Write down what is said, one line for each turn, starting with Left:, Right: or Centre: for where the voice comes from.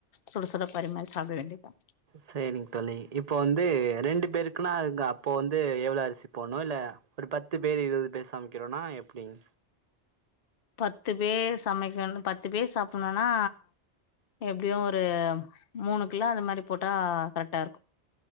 Left: சுட சுட பரிமாறி சாப்ட வேண்டியதா
Right: சரிங்க தோழி இப்போ வந்து ரெண்டு பேருக்குன்னா அதுங்க அப்போ வந்து எவ்ளோ அரிசி போட்ணு இல்ல ஒரு பத்து பேர் இருவது பேர் சமைக்கிறோனா எப்டிங்
Left: பத்து பேர் சமைக்கணு பத்து பேர் சாப்புட்ணுனா எப்டியு ஒரு மூணு கிலோ அது மாரி போட்டா கரெக்டா இருக்கு